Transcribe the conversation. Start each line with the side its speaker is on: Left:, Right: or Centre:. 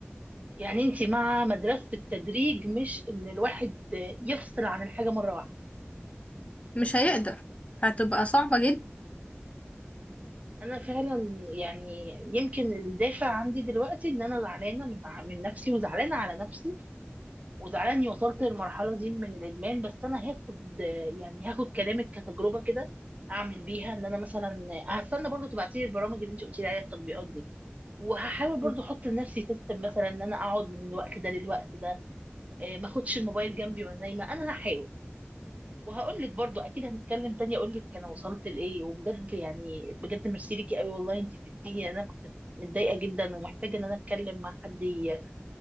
Right: يعني انت مع مدرسة التدريج مش ان الواحد يفصل عن الحاجة مرة واحدة
Left: مش هيقدر هتبقى صعبة
Right: انا فعلا يعني يمكن الدافع عندي دلوقتي ان انا زعلانة من من نفسي وزعلانة على نفسي وزعلانة اني وصلت للمرحلة دي من الادمان بس انا هاخد يعني هاخد كلامك كتجربة كده اعمل بيها ان انا مثلا هستنى برضو تبعتي لي البرامج اللي انت قلتي لي عليها التطبيقات دي وهحاول
Left: جدا
Right: برضو احط لنفسي سيستم مثلا ان انا اقعد من الوقت ده للوقت ده آه، ما اخدش الموبايل جنبي وانا نايمه انا هحاول وهقول لك برضو اكيد هنتكلم تاني اقول لك انا وصلت لايه وبجد يعني بجد ميرسي ليكي قوي والله انت فدتيني انا كنت متضايقه جدا ومحتاجه ان انا اتكلم مع حد ي-